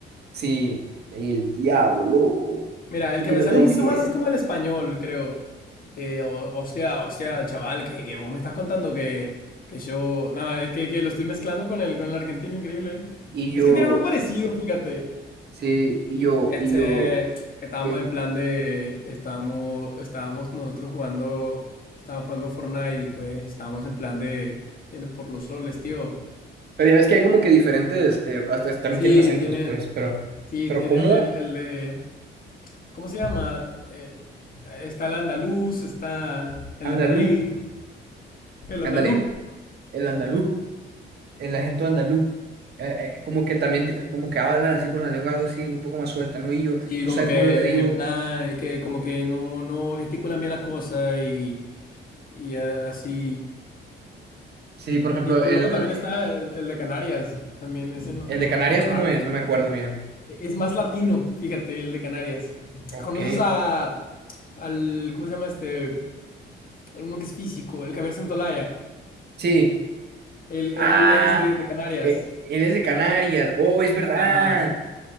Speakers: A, on the right (about 55°); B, on the left (about 45°).
A: sí, el diablo, loco.
B: Mira,
A: ¿Tú
B: el que
A: qué
B: me
A: me
B: sale
A: estás
B: un
A: diciendo?
B: poquito más es como el español, creo. Eh, o- hostia, hostia, chaval, que, que vos me estás contando que, que yo... No, es que, que lo estoy mezclando con el, con el argentino, increíble.
A: Y yo,
B: Es que tienen un parecido, fíjate.
A: sí, y yo,
B: Este,
A: y yo.
B: que estábamos
A: ¿qué?
B: en plan de, estábamos, estábamos nosotros jugando, estábamos jugando Fortnite y pues estábamos en plan de, de por los roles, tío.
A: Pero ya ves que hay como que diferentes, eh, hasta también
B: Sí,
A: tienen acentos,
B: tienen,
A: pues, pero,
B: sí,
A: pero
B: tienen
A: como
B: el, el de, ¿cómo se llama? Eh, está el andaluz, está el
A: andaluz,
B: de Madrid, el
A: ándale.
B: andaluz.
A: el andaluz, el acento andaluz. Eh, eh, como que también, te- como que hablan así con la lengua, algo así, un poco más suelta, ¿no? Y yo,
B: Sí,
A: tú
B: como
A: sabes
B: que
A: cómo yo te digo,
B: en plan, eh, que como que no, no gesticulan bien las cosas y, y eh, así.
A: sí, por ejemplo,
B: Y t-
A: el,
B: luego
A: el,
B: también está el, el de Canarias, también ese no,
A: el
B: no-
A: de Canarias,
B: está más
A: ¿cómo
B: raro.
A: es? No me acuerdo bien.
B: E-, Es más latino, fíjate, el de Canarias.
A: Ok.
B: ¿Conoces a, al, ¿cómo se llama este? Alguno que es físico, el Javier Santolaya.
A: Sí.
B: Él,
A: Ah,
B: él es de, de Canarias.
A: eh, él es de Canarias. Oh, es verdad.
B: Ajá.